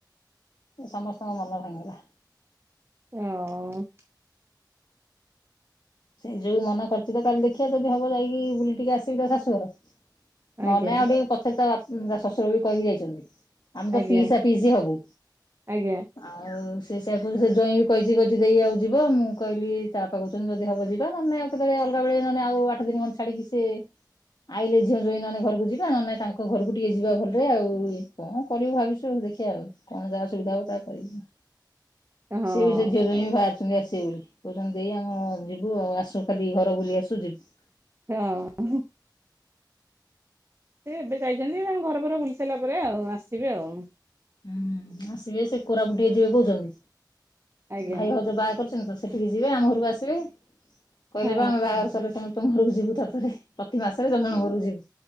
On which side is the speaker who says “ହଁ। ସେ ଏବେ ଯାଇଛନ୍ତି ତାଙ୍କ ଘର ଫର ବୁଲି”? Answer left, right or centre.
Right